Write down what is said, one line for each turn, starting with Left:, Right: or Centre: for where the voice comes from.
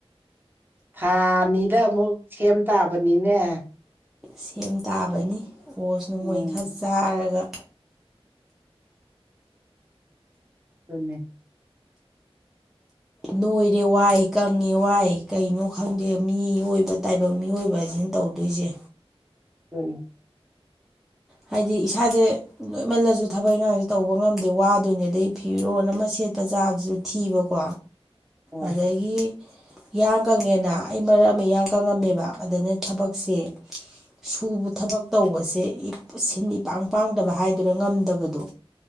Right: ꯊꯥꯅꯤꯗ ꯑꯃꯨꯛ ꯁꯦꯝ ꯇꯥꯕꯅꯤꯅꯦ
Centre: ꯁꯦꯝ ꯇꯥꯕꯅꯤ ꯑꯣꯁ ꯅꯣꯡꯃꯣꯏ
Right: ꯎꯝ
Centre: ꯈꯔ ꯆꯥꯔꯒ
Right: ꯑꯗꯨꯟꯅꯃꯦ
Centre: ꯅꯣꯏꯔꯦ ꯋꯥꯏ ꯀꯪꯉꯦ ꯋꯥꯏ ꯀꯩꯅꯣ ꯈꯪꯗꯦ ꯃꯤꯏꯕ ꯇꯥꯏꯕꯪ ꯃꯤꯑꯣꯏꯕꯕꯁꯤꯅ ꯇꯧꯗꯣꯏꯁꯦ
Right: ꯍꯅꯤ
Centre: ꯍꯥꯏꯗꯤ ꯏꯁꯥꯁꯦ ꯂꯣꯏꯃꯜꯂꯁꯨ ꯊꯕꯛ ꯏꯪꯈꯥꯡꯁꯦ ꯇꯧꯕ ꯉꯝꯗꯦ ꯋꯥꯗꯣꯏꯅꯦ ꯑꯗꯩ ꯐꯤꯔꯣꯅ ꯃꯁꯤ ꯑꯆꯦꯠꯄ ꯆꯥꯗꯨꯁꯨ ꯊꯤꯕꯀꯣ
Right: ꯍꯣꯏ
Centre: ꯑꯗꯒꯤ ꯌꯥꯌꯥꯡ ꯀꯪꯉꯦꯅ ꯑꯩ ꯃꯔꯛ ꯑꯃ ꯏꯌꯥꯡ ꯀꯪꯉꯝꯃꯦꯕ ꯑꯗꯨꯅ ꯊꯕꯛꯁꯦ ꯁꯨꯕ ꯊꯕꯛ ꯇꯧꯕꯁꯦ ꯁꯤꯟ ꯏ ꯄꯥꯡ ꯄꯥꯡꯗꯕ ꯍꯥꯏꯗꯨꯅ ꯉꯝꯗꯕꯗꯣ